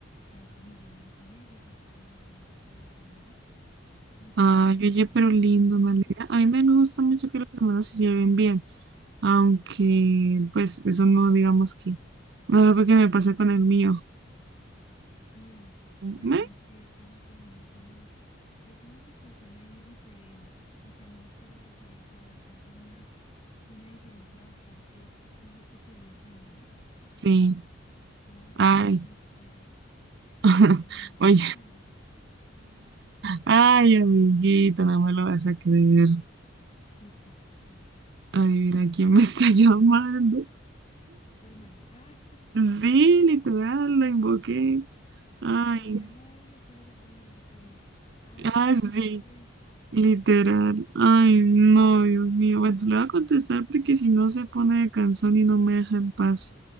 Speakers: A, on the left (about 30°); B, on the right (about 55°).
A: ahí pues me llevo bien con ellos, o sea, yo con ellos sí relaciono muy bien. Y pues,
B: Ay, oye, pero lindo, me
A: ujú,
B: alegra. A mí me gusta mucho que los hermanos se lleven bien, aunque pues eso no digamos que no es algo que me pasa con el mío.
A: ay, bueno,
B: ¿Me?
A: sí, es que esa también es una, es una situación ahí diferente y también es por la diferencia, o sea, es una, una diferencia bastante, tú dijiste que 10 años, ¿no?
B: Sí,
A: Claro,
B: ay,
A: es que es demasiado,
B: <laughs>
A: demasiado.
B: oye, ay, amiguito, no me lo vas a creer.
A: ¿Qué pasó?
B: Adivina quién me está <laughs> llamando.
A: Tu hermano, <laughs> ah,
B: Sí, literal, la invoqué.
A: como
B: Ay,
A: que hablando de él y él por allá con la oreja caliente. Ay,
B: ah,
A: no,
B: sí.
A: pues bueno,
B: Literal. Ay, no, Dios mío. Bueno, le voy a contestar porque si no se pone de canción y no me deja en paz.